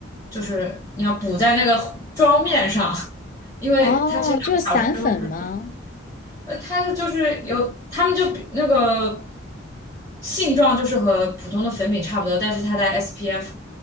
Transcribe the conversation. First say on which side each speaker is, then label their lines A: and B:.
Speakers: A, on the left; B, on the left.
A: 就是你要补在那个妆面上，<laughs> 因为他其实两个小时之后不是
B: 哦，就是散粉吗？
A: 呃，它的就是有，他们就比那个性状就是和普通的粉饼差不多，但是它带 SPF，